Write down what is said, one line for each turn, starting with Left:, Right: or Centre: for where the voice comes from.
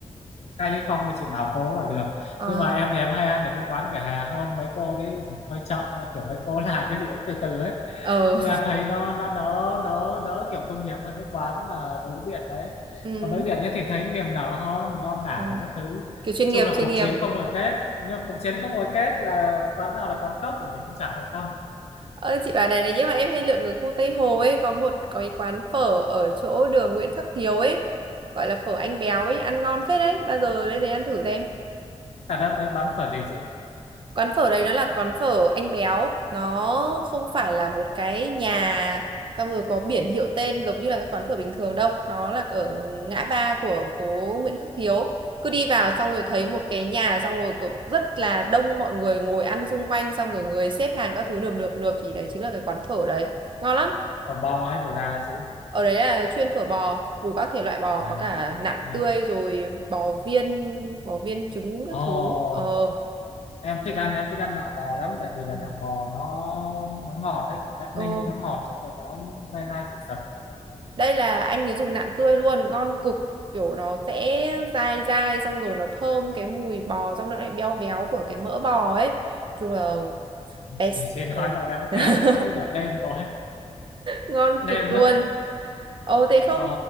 Left: cay hay không thì chị bảo cô là được
Right: ờ
Left: nhưng mà em thì em hay ăn ở cái quán vỉa hè hơn mấy cô đấy hơi chậm nhưng kiểu mấy cô làm cái gì cũng từ từ ấy
Right: ờ
Left: thì à, thấy nó nó đỡ đỡ đỡ kiểu công nghiệp hơn cái quán mà đối diện đấy
Right: <laughs> ừ,
Left: còn đối diện đấy thì thấy niềm nở hơn non đả
Right: ờ,
Left: thì các thứ
Right: kiểu chuyên
Left: chung
Right: nghiệp
Left: là
Right: chuyên
Left: cuộc
Right: nghiệp
Left: chiến không hồi kết nhưng mà cuộc chiến không hồi kết là quán nào là quán cốc thì mình cũng chẳng quan tâm
Right: ơ chị bảo này này nhưng mà em hay lượn ở khu Tây Hồ ấy có một có cái quán phở ở chỗ đường Nguyễn Khắc Hiếu ấy gọi là phở anh béo ấy ăn ngon phết đấy bao giờ lên đấy ăn thử xem
Left: thật ra đấy bán phở gì chị
Right: quán phở đấy nó là quán phở anh béo nó không phải là một cái nhà xong rồi có biển hiệu tên giống như là các quán phở bình thường đâu nó là ở ngã ba của phố Nguyễn Khắc Hiếu cứ đi vào xong rồi thấy một cái nhà xong rồi kiểu rất là đông mọi người ngồi ăn xung quanh xong rồi người xếp hàng các thứ nườm nượp nượp thì đấy chính là cái quán phở đấy ngon lắm
Left: phở bò hay phở gà chị
Right: ở đấy là chuyên phở bò đủ các thể loại bò
Left: à
Right: có cả
Left: ok
Right: nạm tươi rồi bò viên bò viên trứng các
Left: ồ
Right: thứ ờ
Left: em thích
Right: Ừ.
Left: ăn em thích ăn nạm bò lắm tại vì là
Right: Ừ.
Left: nạm bò nó nó ngọt đấy cảm giác
Right: Ờ.
Left: ninh nên nó ngọt xong rồi nó dai dai sật sật
Right: đây là anh ấy dùng nạm tươi luôn ngon cực kiểu nó sẽ dai dai xong rồi nó thơm cái mùi bò xong nó lại béo béo của cái mỡ bò ấy chung là best
Left: chị, chị nói
Right: ừ.
Left: là em
Right: <laughs>
Left: thèm quá bây giờ đêm rồi
Right: ngon
Left: đêm
Right: cực luôn
Left: rồi
Right: ồ thế không
Left: Ờ,